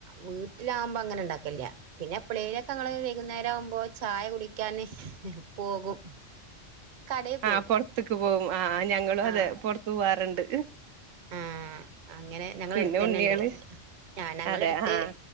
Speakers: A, on the right (about 45°); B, on the right (about 85°).
A: വീട്ടിലാവുമ്പൊ അങ്ങനെ ഇണ്ടാക്കലില്ല്യ പിന്നെ എപ്പളേങ്കിലൊക്കെ ങ്ങള് വൈകുന്നേരാവുമ്പൊ ചായ കുടിക്ക്യാന് പോകും കടേ പോവും
B: ആ പൊറത്ത്ക്ക് പോവും ആ ഞങ്ങളും
A: ആഹ്
B: അതെ പൊറത്ത് പുവ്വാറ്ണ്ട്.
A: ആഹ് അങ്ങനെ ഞങ്ങളെ
B: പിന്നെ
A: അടുത്ത് തന്നെ
B: ഉണ്ണികള്
A: ഉണ്ട് ആ ഞങ്ങളെ
B: അതെ
A: എടുത്ത്
B: ആഹ്